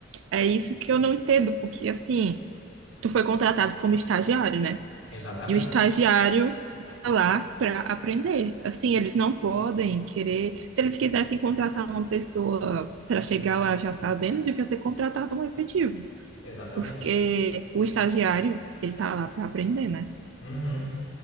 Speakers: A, on the right (about 75°); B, on the left (about 70°).
A: é isso que eu não entendo, porque assim, tu foi contratado como estagiário, né?
B: Exatamente,
A: E o estagiário está lá para aprender. Assim, eles não podem querer. Se eles quisessem contratar uma pessoa para chegar lá já sabendo, deviam ter contratado um efetivo,
B: exatamente.
A: porque o estagiário, ele está lá para aprender, né?
B: Uhum.